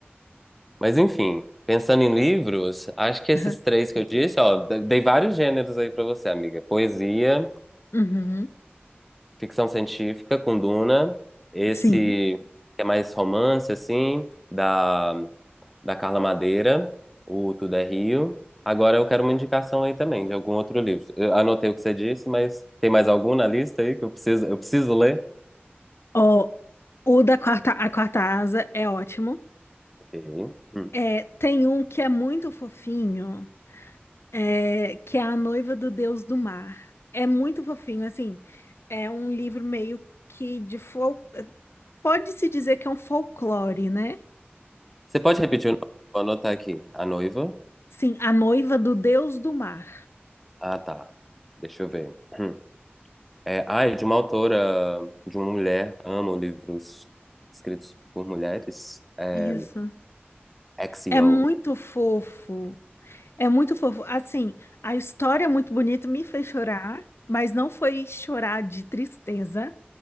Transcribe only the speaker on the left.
<laughs>
Uhum,
sim.
Ó, o da quarta, a quarta asa é ótimo.
É, tem um que é muito fofinho, é, que é A Noiva do Deus do Mar. É muito fofinho, assim. É um livro meio que de fol... Pode-se dizer que é um folclore, né?
Sim, A Noiva do Deus do Mar.
Isso.
É muito fofo. É muito fofo. Assim, a história é muito bonita, me fez chorar, mas não foi chorar de tristeza.